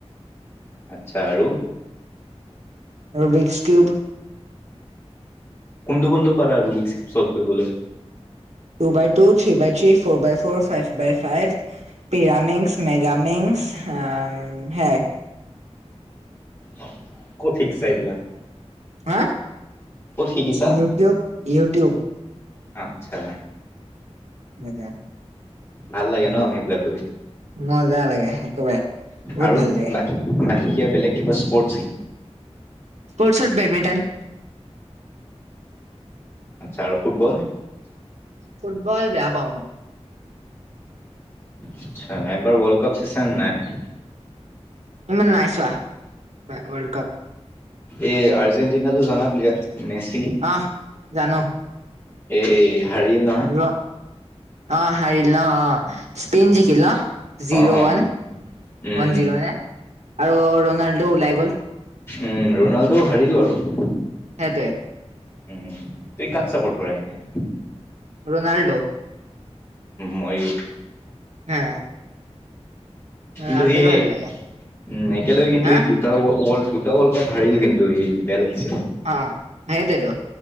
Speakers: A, on the left; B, on the right.
A: আচ্ছা আৰু।
B: আৰু মিক্স কিউব।
A: কোনটো কোনটো পাৰা আৰু চলভ কৰিবলে।
B: Two by two three by three four by four five by five পিৰামিংগছ মেগামিংগছ অ সেয়াই।
A: অ ক'ত শিকিছা এইবিলাক।
B: হা
A: ক'ত শিকিছা
B: ইউটিউব ইউটিউব।
A: আচ্ছা।
B: মতে।
A: ভাল লাগে
B: উম
A: ন সেইবিলাক কৰি
B: মজা লাগে একেবাৰে বহুত
A: আৰু
B: ভাল লাগে।
A: বাকী বাকী কিয় বলেগ কিবা স্পৰ্টছ।
B: স্পৰ্টছ বেবেদান।
A: আচ্ছা আৰু ফুটবল।
B: ফুটবল বেয়া পাওঁ মানে।
A: আচ্ছা এবাৰ ৱৰ্ল্ড কাপ চাইচা নাই।
B: অ মই নাই চোৱা ৱৰ্ল্ড কাপ।
A: এই আৰ্জেণ্টিনাটো জানা প্লেয়াৰ মেচি।
B: আহ জানো।
A: এই হাৰিল নহয়।
B: ৰ অ হাৰিল ন অ স্পেইন জিকিল। জিৰ'
A: অ',
B: ওৱান
A: অ',
B: ওৱান
A: উম,
B: জিৰ' মানে আৰু ৰনাল্ডো ওলাই গ'ল।
A: উম ৰনাল্ডো হাৰিলো আৰু।
B: সেইটোৱে।
A: উ তুমি কাক চাপৰ্ট কৰা এনে।
B: ৰোনাল্ডো।
A: ময়ো।
B: হ। ৰনাল্ডোৱে
A: কিন্তু সি
B: ভাল
A: এক
B: লাগে
A: উম একেলগে কিন্তু
B: হা
A: সি দু। দুটাৱৰ্ল দুটা ৱৰ্ল্ড কাপ হাৰিল কিন্তু এই বেয়া লাগিছে।
B: অ সেইটোৱেই টো